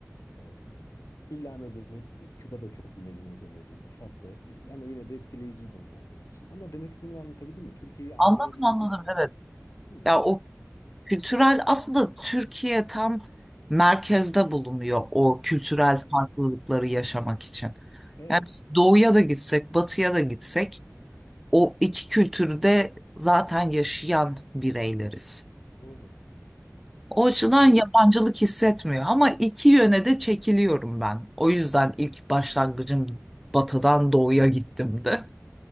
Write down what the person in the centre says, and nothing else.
Anladım anladım
evet.
Ya o Kültürel aslında Türkiye tam merkezde bulunuyor o kültürel
farklılıkları yaşamak için.
Yani biz doğuya da gitsek, batıya da gitsek o iki kültürü de zaten yaşayan bireyleriz.
O açıdan
yabancılık hissetmiyor ama iki yöne de çekiliyorum ben. O yüzden ilk başlangıcım batıdan doğuya gittim de.